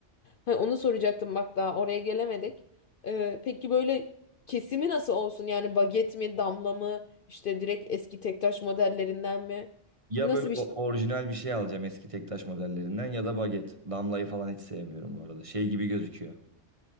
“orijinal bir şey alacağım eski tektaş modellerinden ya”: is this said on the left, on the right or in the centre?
Right